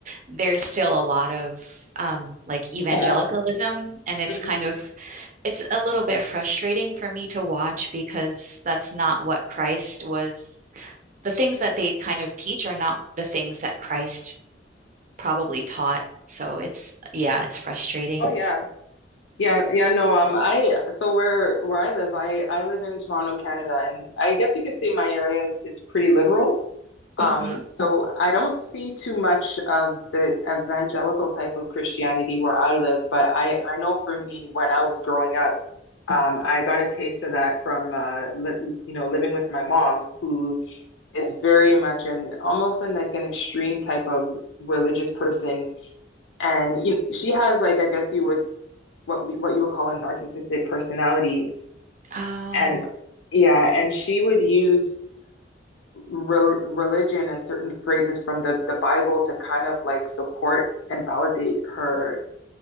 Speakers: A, on the right; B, on the left.
A: there's still a lot of um like evangelicalism
B: Yeah.
A: and it's
B: Mhm.
A: kind of it's a little bit frustrating for me to watch because that's not what Christ was. The things that they kind of teach are not the things that Christ probably taught. So it's, yeah, it's frustrating.
B: Oh yeah. Yeah, yeah, no, um I so where where I live, I I live in Toronto, Canada, and I guess you could say my area is is pretty liberal. Um
A: hmm
B: so I don't see too much of the evangelical type of Christianity where I live, but I I know for me when I was growing up, um I got a taste of that from uh li you know, living with my mom who is very much an almost an like an extreme type of religious person. And you, she has like I guess you would what we, what you would call a narcissistic personality
A: Oh,
B: and yeah and she would use re- religion and certain phrases from the the Bible to kind of like support and validate her